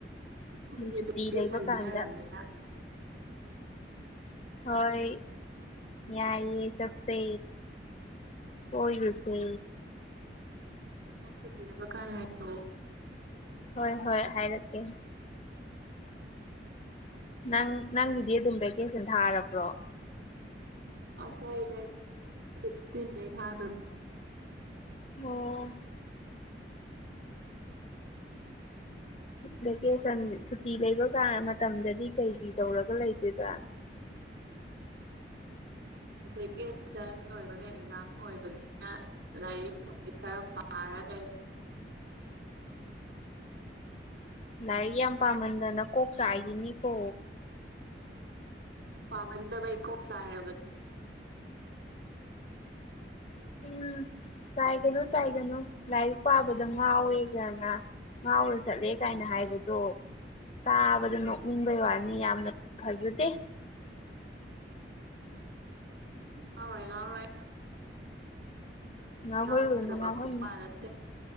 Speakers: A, on the right; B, on the left.
A: ꯍꯨꯖꯤꯛ
B: ꯁꯨꯇꯤ
A: ꯀꯩ
B: ꯂꯩꯕ
A: ꯁꯥꯏꯟ
B: ꯀꯥꯟꯗ
A: ꯄꯤꯅꯔꯃꯤꯅꯥ
B: ꯍꯣꯏ ꯌꯥꯏꯌꯦ ꯆꯠꯁꯦ ꯀꯣꯏꯔꯨꯁꯦ
A: ꯅꯪ ꯁꯨꯇꯤ ꯂꯩꯕꯥ ꯀꯥꯟ ꯍꯥꯏꯔꯛ ꯑꯣ
B: ꯍꯣꯏ ꯍꯣꯏ ꯍꯥꯏꯔꯛꯀꯦ ꯅꯪ ꯅꯪꯒꯤꯗꯤ ꯑꯗꯨꯝ ꯚꯦꯀꯦꯁꯟ ꯊꯥꯔꯕ꯭ꯔꯣ
A: ꯑ ꯍꯣꯏ ꯗꯦꯠ ꯐꯤꯞꯇꯤꯟ ꯗꯩ ꯊꯥꯗꯣꯏꯅꯦ
B: ꯑꯣ ꯚꯦꯀꯦꯁꯟ ꯁꯨꯇꯤ ꯂꯩꯕ ꯀꯥ ꯃꯇꯝꯗꯗꯤ ꯀꯩ ꯀꯩ ꯇꯧꯔꯒ ꯂꯩꯗꯣꯏꯕ
A: ꯚꯦꯀꯦꯁꯟ ꯂꯣꯏꯕꯒ ꯑꯦꯛꯖꯥꯝ ꯑꯣꯏꯕꯅꯤꯅ ꯂꯥꯏꯔꯤꯛ ꯅꯨꯡꯗꯤ ꯈꯔ ꯄꯥꯔ ꯂꯩꯔꯦ
B: ꯂꯥꯏꯔꯤꯛ ꯌꯥꯝ ꯄꯥꯝꯃꯟꯗꯅ ꯀꯣꯛ ꯆꯥꯏꯒꯤꯅꯤꯀꯣ
A: ꯄꯥꯃꯟꯗꯕꯩ ꯀꯣꯛ ꯆꯥꯏꯔꯕꯅꯦ
B: ꯎꯝ ꯆꯥꯏꯒꯅꯨ ꯆꯥꯏꯒꯅꯨ ꯂꯥꯏꯔꯤꯛ ꯄꯥꯕꯗ ꯉꯥꯎꯋꯦꯒꯅ ꯉꯥꯎꯔ ꯆꯠꯂꯦ ꯀꯥꯏꯅ ꯍꯥꯏꯕꯗꯣ ꯇꯥꯕꯗ ꯅꯣꯛꯅꯤꯡꯕꯩ ꯋꯥꯅꯤ ꯌꯥꯝꯅ ꯐꯖꯗꯦ
A: ꯉꯥꯎꯔꯣꯏ ꯉꯥꯎꯔꯣꯏ
B: ꯉꯥꯎꯍꯜꯂꯨꯅꯨ
A: ꯉꯥꯎꯒꯗꯕ
B: ꯉꯥꯎꯍꯟꯅꯨ
A: ꯈꯨꯄꯥ ꯅꯠꯇꯦ